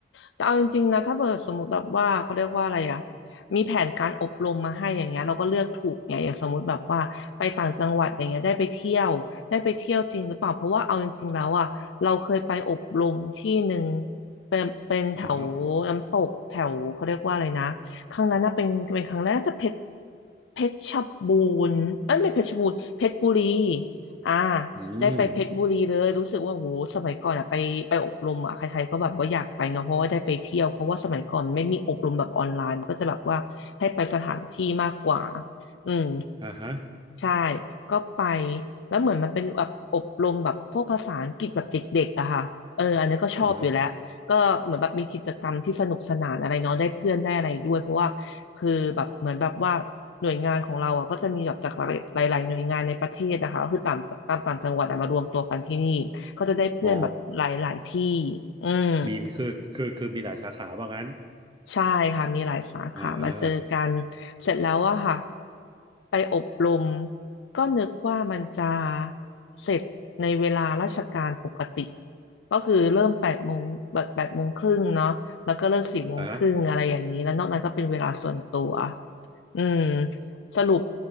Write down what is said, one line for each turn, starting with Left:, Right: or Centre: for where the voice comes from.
Left: แต่เอาจริงๆนะถ้าเกิดสมมติแบบว่าเขาเรียกว่าอะไรอะมีแผนการอบรมมาให้อย่างเงี้ยเราก็เลือกถูกไงอย่างสมมติแบบว่าไปต่างจังหวัดอย่างเงี้ยได้ไปเที่ยวได้ไปเที่ยวจริงหรือเปล่าเพราะว่าเอาจริงๆแล้วอะเราเคยไปอบรมที่หนึ่งเป็นเป็นแถวน้ำตกแถวเขาเรียกว่าอะไรนะครั้งนั้นน่ะเป็นเป็นครั้งแรกน่าจะเพชร
Right: อ่าฮะ
Left: เพชรบูรณ์เอ้ยไม่เพชรบูรณ์เพชรบุรีอ่า
Right: อืม
Left: ได้ไปเพชรบุรีเลยรู้สึกว่าโหสมัยก่อนอะไปไปอบรมอะใครๆก็แบบว่าอยากไปเนาะเพราะว่าได้ไปเที่ยวเพราะว่าสมัยก่อนไม่มีอบรมแบบออนไลน์มันก็จะแบบว่าให้ไปสถานที่มากกว่าอืม
Right: อ่าฮะ
Left: ใช่ ก็ไปแล้วเหมือนมันเป็นแบบอบรมแบบพวกภาษาอังกฤษแบบเด็กๆอะค่ะเอออันนี้ก็ชอบอยู่แล้ว
Right: อ่าฮะ
Left: ก็เหมือนแบบมีกิจกรรมที่สนุกสนานอะไรเนาะได้เพื่อนได้อะไรด้วย เพราะว่าคือแบบเหมือนแบบว่าหน่วยงานของเราอะก็จะมีแบบจากหลายหลายๆหน่วยงานในประเทศนะคะก็คือตามตามต่างจังหวัดอะมารวมตัวกันที่นี่ก็จะได้เพื่อนแบบหลายๆที่
Right: อ๋อ
Left: อืม
Right: มีคือคือคือมีหลายสาขาว่างั้น
Left: ใช่ค่ะมีหลายสาขามาเจอกัน
Right: อ่าอ่าอ่า
Left: เสร็จแล้วอะค่ะไปอบรมก็นึกว่ามันจะเสร็จในเวลาราชการปกติก็คือเริ่มแปดโมงแบบแปดโมงครึ่งเนาะแล้วก็เลิกสี่โมงครึ่งอะไรอย่างนี้แล้วนอกนั้นก็เป็นเวลาส่วนตัว
Right: อ่า
Left: อืมสรุป